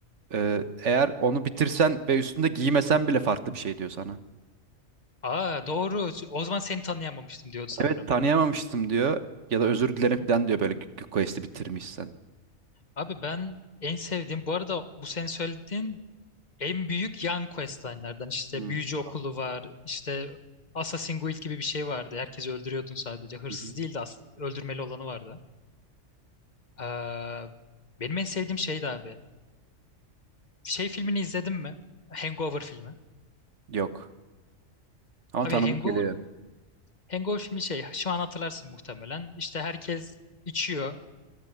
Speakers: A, on the right (about 65°); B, on the left (about 35°).
A: Ee, eğer onu bitirsen ve üstünde giymesen bile farklı bir şey diyor sana.
B: aa doğru o zaman seni tanıyamamıştım diyordu sanırım.
A: Evet tanıyamamıştım diyor ya da özür
B: Hı
A: dilerim
B: hı.
A: falan diyor böyle g- quest'i bitirmişsen.
B: Abi ben en sevdiğim bu arada bu senin söylediğin en büyük yan questline'lerden işte
A: Hmm,
B: büyücü okulu
A: tamam.
B: var işte Assassin's Guild gibi bir şey vardı herkesi öldürüyordun sadece hırsız
A: Hı hı.
B: değil de as- öldürmeli olanı vardı Ee, benim en sevdiğim şeydi abi şey filmini izledin mi Hangover filmi
A: Yok. Ama
B: abi
A: tanıdık
B: Hangover
A: geliyor.
B: Hangover filmi şey şu an hatırlarsın muhtemelen İşte herkes içiyor